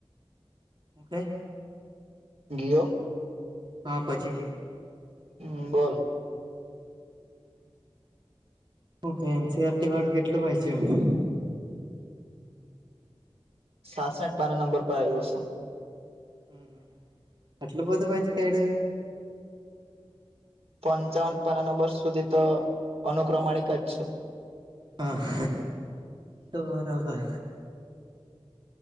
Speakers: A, on the right (about 50°); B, on the right (about 85°).
A: હેં
B: ગીયો
A: હા પછી ગયા
B: હમ બોલ
A: ઓકે એનસીઆરટી વાળું કેટલું વાંચ્યું
B: સાસઠ પાના નંબર પર આવ્યું હશે
A: હમ હ આટલું બધું વાંચી કાઈઢું તે
B: પંચાવન પના ન વર્ષ સુધી તો અનુક્રમાણિક જ છે
A: હા હ તો બરોબર